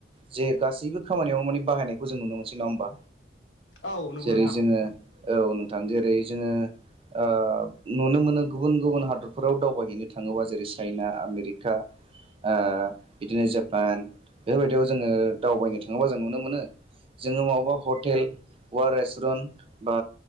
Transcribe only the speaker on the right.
जे गासैबो खामानियाव माने बाहायनायखौ जों नुनो मोनसै नङा होमबा
जेरै
जोंङो औ नोंथां जेरै जोङो ओ नुनो मोनो गुबुन गुबुन हादरफोराव दावबायहैनो थाङोबा जेरै चाइना आमेरिका ओ बिदिनो जापान बेफोरबायदियाव जोंङो दावबायनो थाङोबा जों नुनो मोनो। जोंङो बबेबा हटेल बबेबा रेस्टुरेन्ट बा